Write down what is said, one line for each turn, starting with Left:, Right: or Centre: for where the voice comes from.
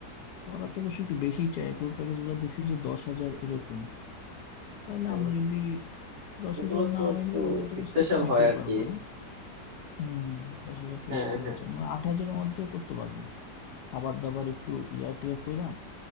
Left: ওরা তো অবশ্যই একটু বেশি চায় ট্যুর প্যাকেজ গুলো দেখছি যে দশ হাজার এরকম তাহলে
Right: হ্যাঁ
Left: আমরা যদি দশ
Right: এগুলো
Left: হাজার
Right: তো
Left: না
Right: একটু
Left: হইলে আমরা তো কিছু
Right: স্পেশাল
Left: তো কমাইতেই
Right: হয় আর
Left: পারবো
Right: কি
Left: না হম দশ হাজার প্রেশারে
Right: হ্যাঁ হ্যাঁ
Left: আছে মানে আট হাজারের মধ্যে করতে পারবো খাবার দাবার একটু ইয়া টিয়া কইরা